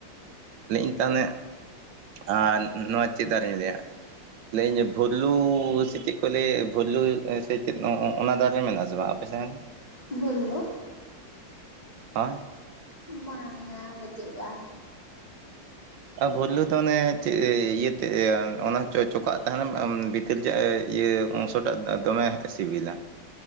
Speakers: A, on the right (about 70°); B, on the left (about 20°).
A: ᱱᱤᱝᱠᱟᱱᱮᱫ ᱟᱨ ᱱᱚᱣᱟ ᱪᱮᱫ ᱫᱟᱨᱮᱧ ᱞᱟᱹᱭᱟ ᱞᱟᱹᱭᱟᱹᱧᱟᱹ ᱵᱷᱚᱞᱩ ᱥᱮ ᱪᱮᱫ ᱠᱚ ᱞᱟᱹᱭᱮᱫ ᱵᱷᱚᱞᱩ ᱥᱮ ᱪᱮᱫ ᱚᱱ ᱚᱱᱟ ᱫᱟᱨᱮ ᱢᱮᱱᱟᱜᱼᱟ ᱥᱮ ᱵᱟᱝ ᱟᱯᱮᱥᱮᱱ <inaudible>
B: ᱵᱷᱳᱞᱞᱳ
A: ᱦᱮᱸ
B: ᱵᱟᱝ ᱟ ᱵᱟᱹᱪᱩᱜ ᱠᱟᱜ -ᱟ
A: ᱟᱨ ᱵᱳᱚᱞᱞᱩ ᱛᱚ ᱚᱱᱮ ᱪᱮᱫ ᱤᱭᱟᱹᱛᱮ ᱚᱱᱟ ᱪᱚ ᱪᱚᱠᱟᱜ ᱛᱟᱦᱮᱱᱟ ᱵᱷᱤᱛᱤᱨ ᱡᱟᱹᱮ ᱤᱭᱟᱹ ᱚᱝᱥᱚᱴᱟᱜ ᱫᱚᱢᱮ ᱥᱤᱵᱤᱞᱟ